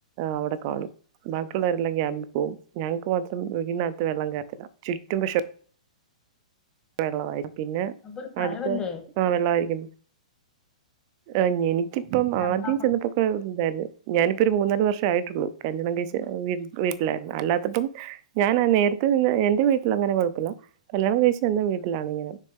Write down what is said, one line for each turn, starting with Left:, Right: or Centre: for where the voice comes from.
Right: അവിടെ കാണും. ബാക്കിള്ളരെ എല്ലാം ക്യാമ്പി പോവും. ഞങ്ങക്ക് മാത്രം വീടിനകത്ത് വെള്ളം കയറത്തില്ല ചുറ്റും പക്ഷെ വെള്ളമായിരിക്കും പിന്നെ
Left: അപ്പൊ ഒരു പഴവല്ലേ
Right: അടുത്ത ആ വെള്ളമായിരിക്കും. ആ എനിക്കിപ്പം
Left: നമ്മള്
Right: ആദ്യം
Left: അപ്പൊ
Right: ചെന്നപ്പോക്കെ ഇതായിരുന്നു. ഞാനിപ്പ ഒരു മൂന്ന നാല് വർഷം ആയിട്ടുള്ളു കല്യാണം കഴിച്ച വീട്ടിലായിരുന്നു അല്ലാത്തപ്പം. ഞാൻ നേരത്തെ നിന്ന് എന്റെ വീട്ടിൽ അങ്ങനെ കൊഴപ്പില്ല കല്യാണം കഴിച്ച എന വീട്ടിലാണി
Left: ആ
Right: ഇങ്ങനെ.